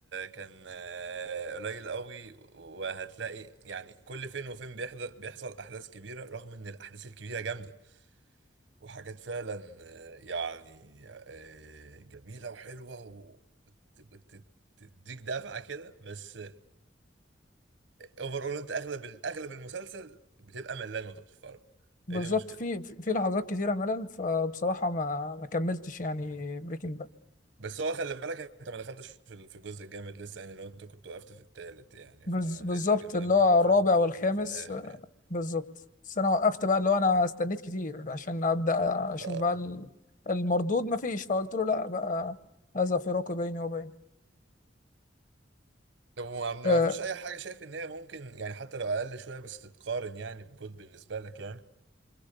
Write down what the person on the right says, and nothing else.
كان آه، قليل قوي وهتلاقي يعني كل فين وفين بيحضر بيحصل أحداث كبيرة رغم إن الأحداث الكبيرة جامدة وحاجات فعلا آه، يعني آه، جميلة وحلوة و- وت- وت- تديك دفعة كده بس اوفر اول انت اغلب ال- اغلب المسلسل بتبقى ملان وانت بتتفرج
هي دي مشكلة
مم.
بس هو خلي بالك انت ما دخلتش في ال- في الجزء الجامد لسه يعني لو انت كنت وقفت في التالت يعني
فلان الجمدان
كله
في
ال-
في الاخر
يعني
اه
لو ما ما
فيش اي حاجة شايف ان هي ممكن يعني حتى لو اقل شوية بس تتقارن يعني بجود بالنسبة لك يعني